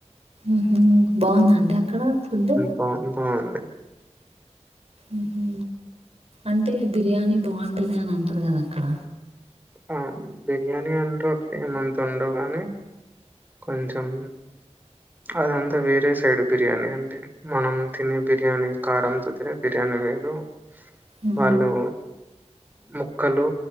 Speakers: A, on the right; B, on the right.
A: ఉహు బాగుంద అండి అక్కడ ఫుడ్
B: బావుంది బాగుంది
A: ఉహు అంటే బిర్యానీ బాగుంటది అని అంటారు కదా అక్కడ
B: ఆ బిర్యానీ అంటే ఒకటి ఏమంత ఉండవుగాని కొంచెం అదంతా వేరే సైడ్ బిర్యానీ అంతే మనం తినే బిర్యానీ కారంతో తినే బిర్యానీ వేరు
A: ఆ!
B: వాళ్ళు ముక్కలు